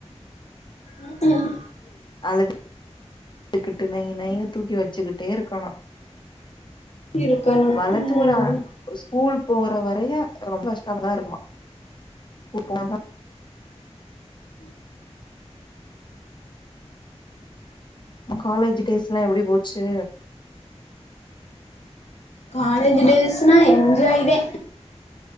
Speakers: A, on the left; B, on the left.
A: ம்
B: அழுது கிட்டு நைன்னனு தூக்கி வச்சுக்கிட்டே இருக்கன்னு
A: இருக்கணு
B: வளர்த்து ஓர் ஆ
A: ம்
B: ஸ்கூல் போற வரையு ரொம்ப கஷ்டமாதா இருக்குமா ஸ்கூல் போனாதா காலேஜ் டேஸ் எல்லா எப்டி போச்சு
A: காலேஜ் டேஸ்னா என்ஜாய் தா